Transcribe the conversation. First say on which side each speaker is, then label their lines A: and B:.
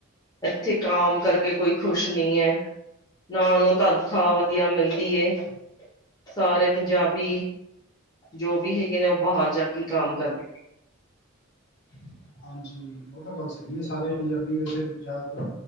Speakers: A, on the left; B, on the left.
A: ਇੱਥੇ ਕਾਮ ਕਰਕੇ ਕੋਈ ਖੁਸ਼ ਨਹੀਂ ਹੈ। ਨ ਨੂੰ ਤਨਖਾਹ ਵਧੀਆ ਮਿਲਦੀ ਏ। ਸਾਰੇ ਪੰਜਾਬੀ ਜੋ ਵੀ ਹੈਗੇ ਨੇ ਉਹ ਬਾਹਰ ਜਾ ਕੇ ਕੰਮ ਕਰਦੇ। <inaudible>
B: ਹਾਂਜੀ ਉਹ ਤਾਂ ਗੱਲ ਸਹੀ ਹੈ ਸਾਰੇ
A: ਕਰਦੇ
B: ਪੰਜਾਬੀ ਵੈਸੇ ਜ਼ਿਆਦਾਤਰ